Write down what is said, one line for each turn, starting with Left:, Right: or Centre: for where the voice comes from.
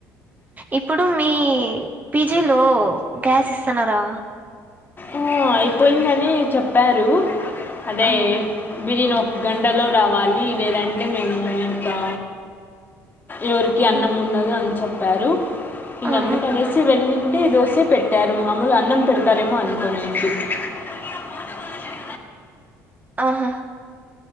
Right: ఇప్పుడు మీ పీజీలో గ్యాస్ ఇస్తున్నారా
Left: ఆ! అయిపోయిందని చెప్పారు అదే
Right: ఆహా
Left: బిరి నో గండల రావాలి ఇదేదంటే మేము ఇంకా ఎవరికి అన్నం
Right: ఉమ్,
Left: ఉండదు అని చెప్ప చెప్పారు ఇంగ
Right: ఆహా
Left: అందుకనేసి వెళ్లిన దోసే పెట్టారు మామూలు అన్నం పెడతారేమో అనుకోనీ <inaudible>
Right: ఆహా